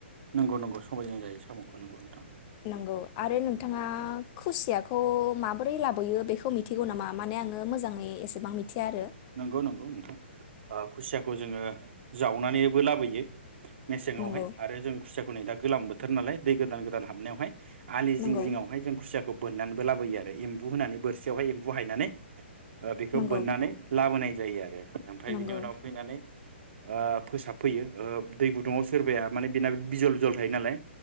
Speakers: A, on the right (about 65°); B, on the left (about 35°).
A: नंगौ नंगौ समबायजों जायो। साम'खौ नंगौ नोंथां।
B: नंगौ आरो नोंथाङा खुसियाखौ माबोरै लाबोयो बेखौ मिथिगौ नामा माने आङो मोजाङै एसेबां मिथिया आरो।
A: नंगौ नंगौ नोंथां। ओ खुसियाखौ जोङो जावनानैबो लाबोयो। मेसेङावहाय
B: नंगौ
A: आरो जों खुसियाखौ नै दा गोलाम बो थोर नालाय दै गोदान गोदान हाबनायावहाय आलि जिं
B: नंगौ
A: जिङावहाय जों खुसियाखौ बोननानैबो लाबोयो आरो एम्बु होनानै बोरसियावहाय एम्बु हायनानै ओ बेखौ
B: नंगौ
A: बोन्नानै होनाय जायो आरो। ओमफाय
B: नंगौ
A: बिनि उनाव फैनानै ओ फोसाबफैयो ओ दै गुदुङाव सोरबाया माने बेना बिजल बिजल थायो नालाय।